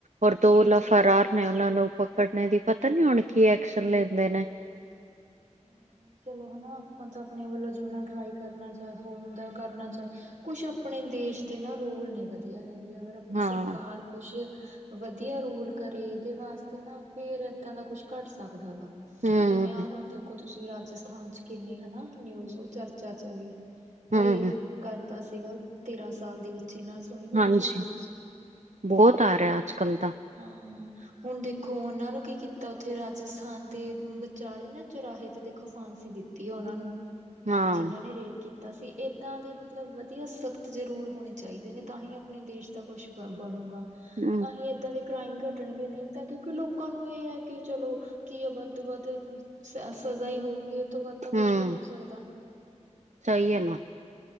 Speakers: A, on the right; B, on the right.
A: ਔਰ ਦੋ
B: ਹਾਂਜੀ
A: ਲ ਫਰਾਰ ਨੇ, ਉਹਨਾਂ ਨੂੰ ਪਕੜੇ ਦੀ ਪਤਾ ਨੀ, ਹੁਣ ਕੀ ਐਕਸ਼ਨ ਲੈਂਦੇ ਨੇ।
B: ਹਮ, ਚਲੋ ਹਨਾ ਆਪਾਂ ਤਾਂ ਆਪਣੇ ਵੱਲੋਂ, ਜਿੰਨਾ ਟਰਾਈ ਕਰਨਾ ਚਾਹ ਹੋੁੰ ਦਾ ਕਰਨਾ ਚਾਹੇ। ਕੁਛ, ਆਪਣੇ ਦੇਸ਼ ਦੇ ਨਾ ਰੋਲ ਨੀ ਵਧੀਆ ਹੈਗੇ, ਅਗਰ ਆਪਣੀ
A: ਹਾਂ
B: ਸਰਕਾਰ ਕੁਛ, ਵਧੀਆ ਰੋਲ ਕਰੇ, ਇਹਦੇ ਵਾਸਤੇ ਨਾ ਫੇਰ ਏਦਾਂ ਦਾ ਕੁਛ, ਘੱਟ ਸਕਦਾ ਗਾ।
A: ਹੂੰ
B: ਜਿਵੇਂ, ਹੁਣ ਦੇਖੋ ਤੁਸੀਂ, ਰਾਜਸਥਾਨ ਚ ਕਿੰਨਨੀ ਹਨਾ, ਨਿਊਜ਼ ਹੋ ਚਰਚਾ ਚ ਆਗੀ।
A: ਹੂੰ
B: ਰੇਪ ਕਰਤਾ ਸੀਗਾ, ਤੇਰਾਂ ਸਾਲ ਦੀ ਬੱਚੀ ਨਾਲ। ਸੁਣੀ ਹੋ
A: ਹਾਂਜੀ,
B: ਤੁਸੀਂ ਨਿਊਜ਼
A: ਬਹੁਤ ਆ ਰਿਹਾ ਅੱਜ -ਕੱਲ੍ਹ ਦਾ।
B: ਹਾਂ, ਹੁਣ ਦੇਖੋ ਉਹਨਾਂ ਨੂੰ ਕੀ ਕੀਤਾ, ਉੱਥੇ ਰਾਜਸਥਾਨ ਦੇ ਵਿਚਾਲੇ ਨਾ ਚੁਰਾਹੇ ਤੇ ਦੇਖੋ, ਫਾਂਸੀ ਦਿੱਤੀ, ਉਹਨਾਂ ਨੂੰ
A: ਹਾਂ
B: ਜਿਨਾਂ ਨੇ ਰੇ ਕੀਤਾ ਸੀ, ਇੱਦਾਂ ਦੇ ਮਤਲਬ ਵਧੀਆ ਸਖਤ ਜ਼ਰੂਰ ਹੋਣੇ ਚਾਹੀਦੇ ਨੇ, ਤਾਂ ਹੀ ਆਪਣੇ ਦੇਸ਼ ਦਾ ਕੁਛ ਬਣੂਗਾ।
A: ਹੂੰ
B: ਤਾਂਹੀ ਇਦਾਂ ਦੇ ਕ੍ਰਾਈਮ ਘੱਟਣਗੇ ਨਹੀਂ ਤਾਂ ਕਿਉਂਕਿ, ਲੋਕਾਂ ਨੂੰ ਇਹ ਹੈ ਕਿ ਚਲੋ ਕੀ ਹੈ ਵੱਧ ਤੋਂ ਵੱਧ ਸ ਸਜ਼ਾ ਹੀ ਹੋਊਗੀ, ਇਹ ਤੋਂ ਵੱਧ ਤਾਂ
A: ਹੂੰ
B: ਕੁਛ ਨੀ ਹੋ ਸਕਦਾ।
A: ਸਹੀ ਹੈ ਨਾ